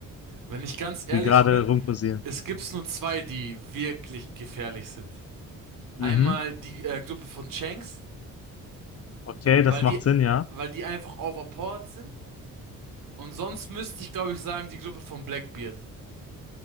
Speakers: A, on the right (about 65°); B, on the left (about 45°).
A: Wenn ich ganz ehrlich
B: die gerade
A: bin,
B: rumkursieren?
A: es gibt nur zwei, die wirklich gefährlich sind.
B: Mhm.
A: Einmal die äh, Gruppe von Shanks,
B: Okay,
A: weil
B: das
A: die,
B: macht Sinn, ja.
A: weil die einfach overpowered sind. Und sonst müsste ich, glaube ich, sagen, die Gruppe von Blackbeard.